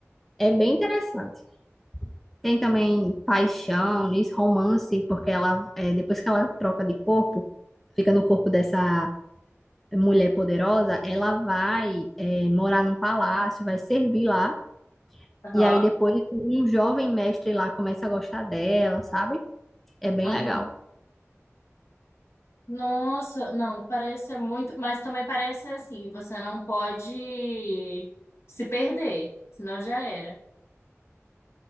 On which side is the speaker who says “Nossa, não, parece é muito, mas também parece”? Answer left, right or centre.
Left